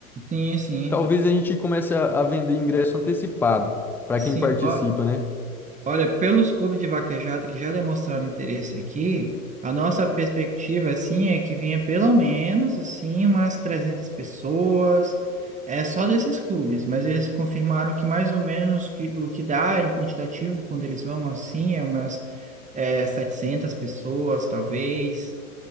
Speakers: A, on the right (about 15°); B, in the centre.
A: Sim, sim.
B: Talvez a gente comece a, a vender ingresso antecipado para
A: Sim,
B: quem participa,
A: ó,
B: né?
A: olha, pelos clubes de vaquejada que já demonstraram interesse aqui, a nossa perspectiva, assim, é que venha pelo menos, assim, umas 300 pessoas, é só desses clubes, mas eles confirmaram que mais ou menos que, o que dá em quantitativo quando eles vão, assim, é umas é, 700 pessoas, talvez,